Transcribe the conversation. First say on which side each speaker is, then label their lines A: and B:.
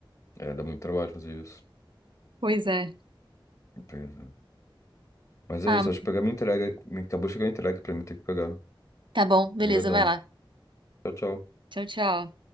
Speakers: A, on the left; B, on the right.
A: É, dá muito trabalho fazer isso.
B: Pois é.
A: Pois é. Mas
B: Ah,
A: é isso, acho que pegar minha entrega. Acabou de chegar a entrega pra mim ter que pegar.
B: tá bom, beleza,
A: Obrigadão.
B: vai lá.
A: Tchau, tchau.
B: Tchau, tchau.